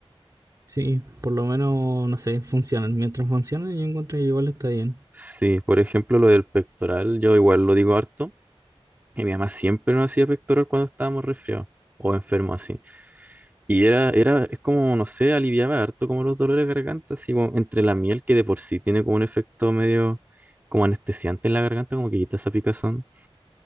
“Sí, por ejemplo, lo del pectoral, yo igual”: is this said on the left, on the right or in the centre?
Right